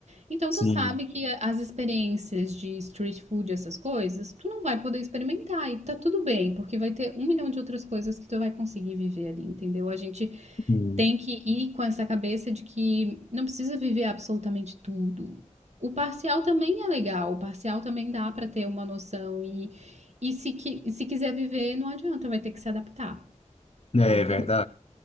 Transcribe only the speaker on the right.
então
tu sabe que a- as experiências de street food, essas coisas, tu não vai poder experimentar e tá tudo bem, porque vai ter um milhão de outras coisas que tu vai conseguir viver ali, entendeu? A gente
tem que ir com essa cabeça de que não precisa viver absolutamente tudo. O parcial também é legal, o parcial também dá para ter uma noção e, e se, qui- se quiser viver, não adianta, vai ter que se adaptar.
Não tem
outra.